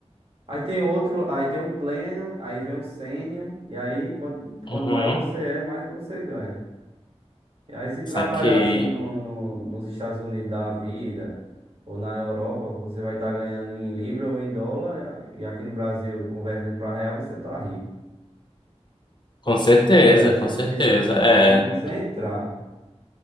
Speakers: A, on the right (about 55°); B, on the left (about 40°).
A: Aí tem outro, aí tem um pleno, aí vem um sênior, e aí quanto, quanto
B: uhum,
A: maior você é, mais você ganha. E aí se trabalhar
B: saquei.
A: assim no, no- nos Estados Unidos da vida, ou na Europa, que você vai estar ganhando em libra ou em dólar, e aqui no Brasil, convertendo para real, você tá rico.
B: Com certeza,
A: É,
B: com
A: só
B: certeza,
A: que o, dif-
B: é.
A: só que o difícil é entrar.